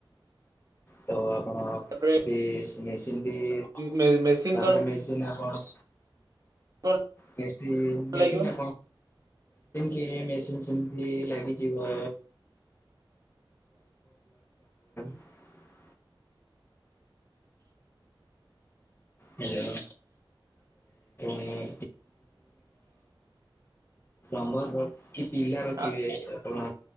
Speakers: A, on the left (about 25°); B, on the right (about 40°).
A: ତ ଆପଣ
B: ତାପରେ
A: ବି ସେମିତି <unintelligible>
B: ମେ ମେସିନ
A: ତାପରେ
B: କଣ
A: ମେସିନ୍ ଆପଣ।
B: କଣ
A: ବେଶି <unintelligible> ମେସିିନ
B: ଲାଗିବ
A: କିଣି ମେସିନ ସେମିତି ଲାଗି ଯିବ। <unintelligible> ହେଲୋ <unintelligible> ଆାମର କିଛି ପିଲା ରଖିବେ
B: ଆ
A: ଆପଣ